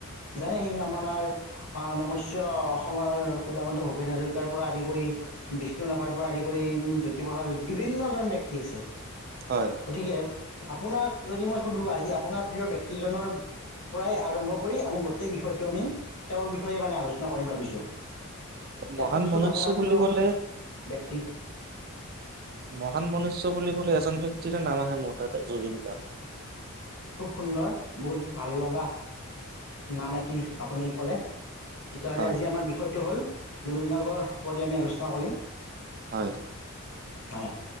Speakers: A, on the left; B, on the right.
A: জানেই, আপোনাৰ নমস্য অসমৰ সুদন্ত ভূপেন হাজৰিকাৰ পৰা আদি কৰি বিষ্ণু ৰাভাৰ পৰা আদি কৰি জ্যোতিপ্ৰসাৰ বিভিন্নজন ব্যক্তি আছে।
B: হয়
A: গতিকে আপোনাক যদি মই শুধু, আজি আপোনাৰ প্ৰিয় ব্যক্তিজনৰ পৰাই আৰম্ভ কৰি আমি গোটেই বিষয়টো আমি তেওঁৰ বিষয়ে মানে আলোচনা কৰিম ভাবিছোঁ। এতিয়া
B: মহান
A: কওকচোন
B: মনুষ্য
A: আপোনাৰ
B: বুলি
A: প্ৰিয়
B: ক'লে
A: ব্য কি
B: মহান মনুষ্য বুলি ক'লে এজন ব্যক্তিৰ নাম আহে মোৰ তাত, জুবিন গাৰ্গ।
A: খুব সুন্দৰ, বহুত ভাল লগা নাম এট টি আপুনি ক'লে। তেতিয়াহ'লে
B: হয়
A: আজি আমাৰ বিষয়টো হ'ল জুবিন গাৰ্গৰ প্ৰতি আমি আলোচনা কৰিম।
B: হয়
A: হয়,